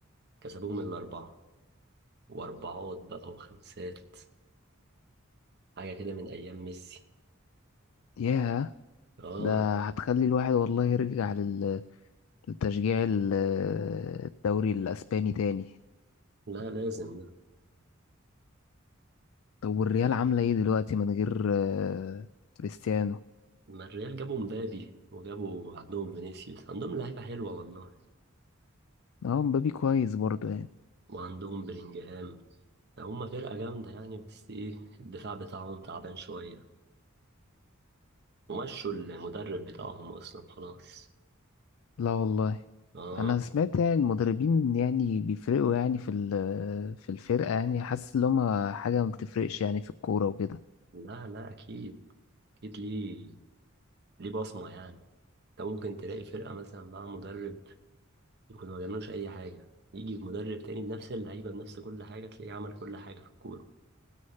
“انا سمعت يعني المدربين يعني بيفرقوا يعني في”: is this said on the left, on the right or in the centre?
Left